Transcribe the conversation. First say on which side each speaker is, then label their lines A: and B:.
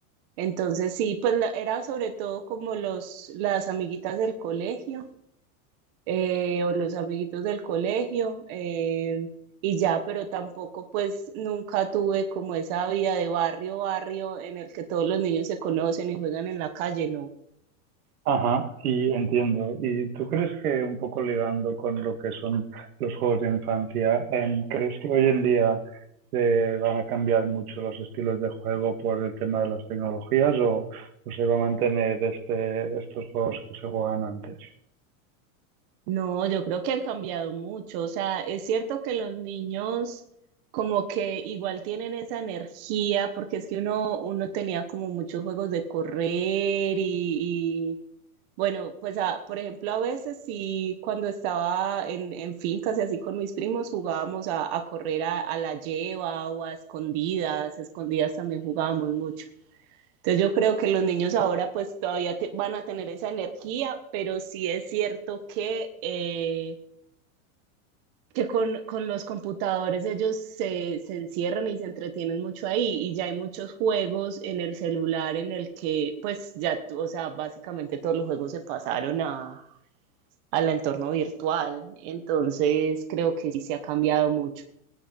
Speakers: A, on the right; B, on the right.
A: Entonces sí, pues la- era sobre todo como los las amiguitas del colegio eh, o los amiguitos del colegio eh, y ya, pero tampoco pues nunca tuve como esa vida de barrio, barrio en el que todos los niños se conocen y juegan en la calle, no.
B: Ajá, y entiendo. ¿Y tú crees que un poco ligando con lo que son los juegos de infancia, em, crees que hoy en día se van a cambiar mucho los estilos de juego por el tema de las tecnologías o, o se va a mantener este, estos juegos que se jugaban antes?
A: No, yo creo que han cambiado mucho. O sea, es cierto que los niños como que igual tienen esa energía, porque es que uno, uno tenía como muchos juegos de correr y, y, bueno, pues a- por ejemplo, a veces sí, cuando estaba en, en fincas y así con mis primos jugábamos a, a correr a, a la lleva o a escondidas, escondidas también jugábamos mucho. Entonces yo creo que los niños ahora pues todavía te- van a tener esa energía, pero sí es cierto que, eh, que con, con los computadores ellos se, se encierran y se entretienen mucho ahí y ya hay muchos juegos en el celular en el que pues ya, tú- o sea, básicamente todos los juegos se pasaron a, al entorno virtual. Entonces creo que sí se ha cambiado mucho.